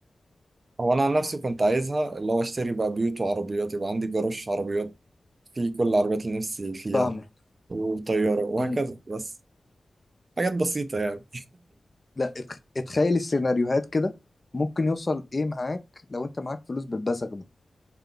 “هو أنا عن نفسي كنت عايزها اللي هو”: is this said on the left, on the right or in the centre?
Right